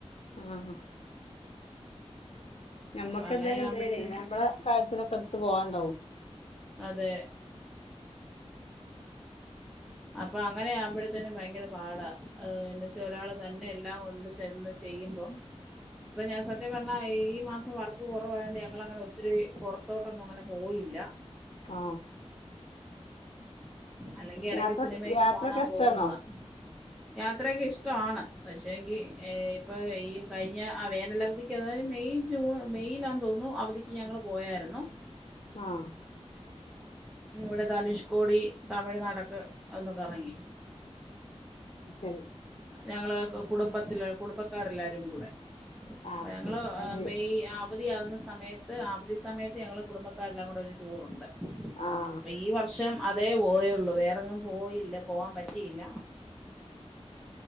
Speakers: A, on the left; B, in the centre.
A: ആഹ് നമ്മക്ക്
B: അപ്പൊ അങ്ങനെ
A: എന്തൊക്കെ എന്ത
B: ആവുമ്പോഴത്തേനും
A: നമ്മടെ കാര്യത്തി <unintelligible>
B: അതെ അപ്പൊ അങ്ങനെ ആമ്പഴത്തേനും ഭയങ്കര പാടാ ഏ എന്നന്ന് വെച്ചാ ഒരാള് തന്നെ എല്ലാം ഒന്ത് ചന്ന് ചെയ്യുമ്പം അപ്പൊ ഞാൻ സത്യം പറഞ്ഞാ ഈ മാസം വർക്ക് കുറവായണ്ട് ഞങ്ങ അങ്ങനെ ഒത്തിരി പുറത്തോട്ടൊന്നും അങ്ങനെ പോയില്ല
A: ആ
B: അല്ലെങ്കി ഇടക്ക്
A: യാത്ര
B: സിനിമയൊക്കെ
A: യാത്രയൊക്കെ
B: കാണാൻ
A: ഇഷ്ടാണോ
B: പോകുന്നതാണ് യാത്രയക്കെ ഇഷ്ടമാണ് പക്ഷെങ്കി ഇപ്പൊ ഈ കഴിഞ്ഞ വേനല അവധിക്ക് അതായത് മെയ ജൂൺ മെയ്‌ലാ തോന്നുന്നു അവധിക്ക് ഞങ്ങള് പോയരുന്നു
A: ആഹ്
B: ഉം ഇവിടെ ധനുഷ് കോടി തമിഴ്നാടൊക്കെ ഒന്ന് കറങ്ങി
A: ശരി
B: ഞങ്ങള് കുടുംബത്തില കുടുംബക്കാരെല്ലാരും കൂടെ അ
A: ആഹ്
B: ഞങ്ങള്
A: ഫാമിലി
B: മെയ് അവധിയ ആവുന്ന സമയത്ത് അവധി സമയത്ത് ഞങ്ങൾ കുടുംബക്കാരെല്ലാം കൂടെ ഒരു ടൂറുണ്ട്
A: ആഹ്
B: അപ്പൊ ഈ വർഷം അ തേ പോയുള്ളു വേറെങ്ങും പോയില്ല പോവാൻ പറ്റിയില്ല